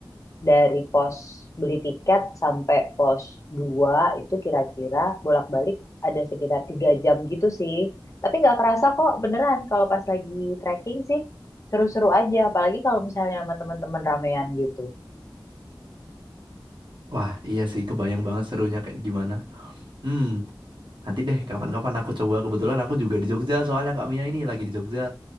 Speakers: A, on the left (about 40°); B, on the right (about 75°).
A: dari pos beli tiket sampai pos 2 itu kira-kira bolak-balik ada sekitar tiga jam gitu sih. Tapi nggak kerasa kok beneran kalau pas lagi trekking sih seru-seru aja. Apalagi kalau misalnya sama teman-teman ramean gitu.
B: Wah, iya sih kebayang banget serunya kayak gimana. Hmm, nanti deh kapan-kapan aku coba. Kebetulan aku juga di Jogja soalnya Kak Mia ini lagi di Jogja.